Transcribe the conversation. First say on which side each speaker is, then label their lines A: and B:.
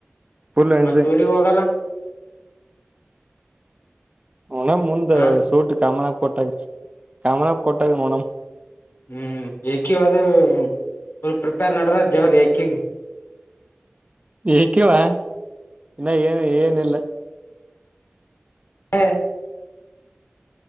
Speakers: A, on the right (about 30°); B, on the left (about 60°).
A: ಫುಲ್ ಎಂಜಾಯ್
B: ಮತ್ತ್ ಊರಿಗ್ ಹೋಗಲ್ಲ
A: ನಣಮ ಮುಂದ
B: ಹಾ
A: ಸೂಟ್ ಕಾಮನ ಕೊಟ್ಟಾಗ ಕಾಮನಕ ಕೊಟ್ಟಾಗ ನೋಡಮ್
B: ಹ್ಮ್ ಏಕಿ ಅದು ಫುಲ್ ಪ್ರಿಪೇರ್ ನಡ್ರ ಜೋರ್ ಏಕಿಗಿ
A: ಎಕಿವ ಇನ್ನ ಏನು ಏನಿಲ್ಲ
B: ಹಾ